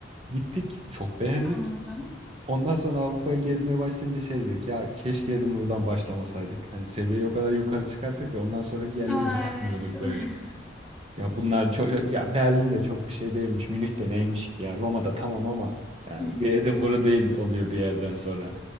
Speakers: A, on the right; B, in the centre.
A: Gittik, çok beğendik.
B: Anladım.
A: Ondan sonra Avrupa'yı gezmeye başlayınca şey dedik ya keşke dedim buradan başlamasaydık. Hani seviyeyi o kadar yukarı çıkarttık ki ondan sonraki yerleri
B: Aa,
A: beğenmiyorduk
B: evet. <laughs>
A: böyle. Ya bunlar çok ya Berlin de çok bir şey değilmiş. Münih de neymiş ki ya Roma'da tamam ama yani
B: Hı,
A: bir Edinburgh değil oluyor bir yerden sonra.